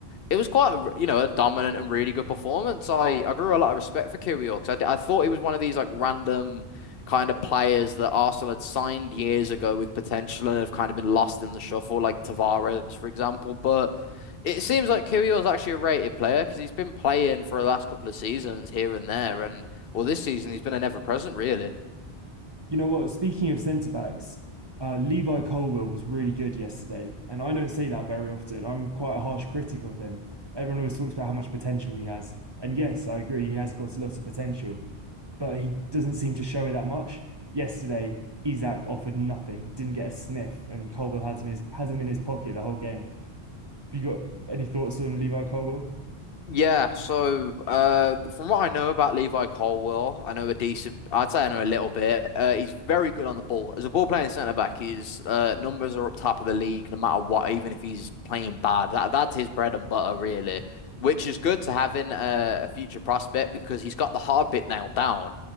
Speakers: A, on the left; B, on the right.
A: it was quite a, r- you know a dominant and really good performance. I I grew a lot of respect for Kyrgios. 'cause I I thought he was one of these like random kind of players that Arsenal had signed years ago with potential and have kind of been lost in the shuffle, like Tavares, for example. But it seems like Kyrgios is actually a rated player because he's been playing for the last couple of seasons here and there, and well, this season he's been an ever present really.
B: You know what? Speaking of centre backs, uh, Levi Colwill was really good yesterday, and I don't say that very often. I'm quite a harsh critic of him. Everyone always talks about how much potential he has, and yes, I agree, he has got a lot of potential. but he doesn't seem to show it that much. Yesterday, Isak offered nothing, didn't get a sniff, and Colwill has him, his, has him in his pocket the whole game. Have you got any thoughts on Levi Colwill?
A: Yeah, so uh, from what I know about Levi Colwill, I know a decent. I'd say I know a little bit. Uh, he's very good on the ball. As a ball playing centre back, his uh, numbers are up top of the league, no matter what. Even if he's playing bad, that that's his bread and butter, really. Which is good to have in uh, a future prospect because he's got the hard bit nailed down